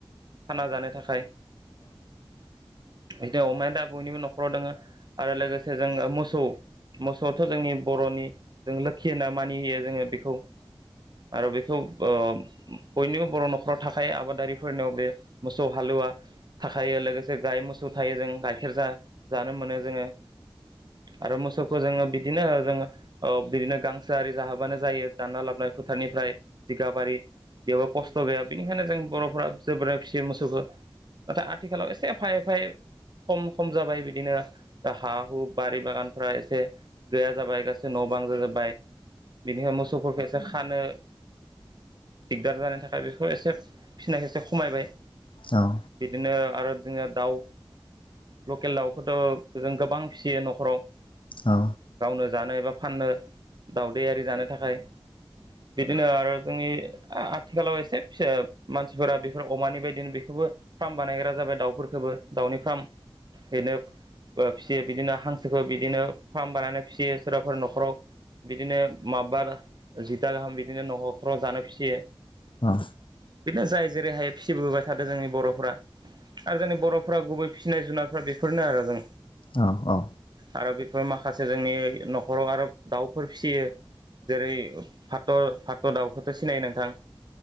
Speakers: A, on the right; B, on the left.
A: खाना जानो थाखाय बिदिनो अमाया दा बयनिबो न'खराव दोङो आरो लोगोसे जोङो मोसौ मोसौआथ' जोंनि बर'नि जों लोखि होनो मानि होयो जोङो बेखौ आरो बेखौ बयनिबो बर' न'खराव थाखाय आबादारिफोरनियाव बे मोसौ हालुवा थाखायो लोगोसे गाय मोसौ थायो जों गाइखेर जा जानो मोनो जोङो आरो मोसौखौ जोङो बिदिनो जोङो बिदिनो गांसोआ आरि जाहोबानो जायो दाना लाबो फोथारनिफ्राय जिगाबारि बेयावबो खस्थ' गैया बेनिखायनो जों बर'फ्रा जोबोरै फिसि मोसौखौ नाथाय आथिखालाव एसे एफा एफा खम खम जाबाय बिदिनो हा हु बारि बागानफ्रा एसे गैया जाबाय गासै न' बां जाजोब्बाय बिनिफ्रायाय मोसौफोरखौ ए जो खानो दिगदार जानायनि थाखाय बेखौ एसे फिनायखौ एसे खमायबाय
B: औ
A: बिदिनो आरो जोंङो दाउ लकेल दाउखौथ' जों गोबां फिसियो न'खराव
B: औ
A: गावनो जानो एबा फाननो दावदैआारि जानो थाखाय बिदिनो आरो जोंनि आथिखालाव एसे फिसा मानसिफोरा बेफोर अमानि बायदिनो बेखौबो फार्म बानायग्रा जाबाय दाउफोरखौबो दाउनि फार्म बेनो फिसियो बिदिनो हांसोखौ बिदिनो फार्म बानायनानै फिसियो सोरबाफोर न'खराव बिदिनो माबा जिथा गाहाम बिदिनो न'खराव जानो फिसियो
B: अ
A: बिदिनो जाय जेरैहाय फिसिबोबाय थादों जोंनि बर'फोरा आरो जोंनि बर' फ्रा गुबै फिसिनाय जुनारफ्रा बेफोरनो आरो जों
B: औ औ
A: आरो बेफोर माखासे जोंनि न'खराव आरो दाउफोर फिसियो जेरै फाथ' फाथ' दाउखौथ' सिनायो नोंथां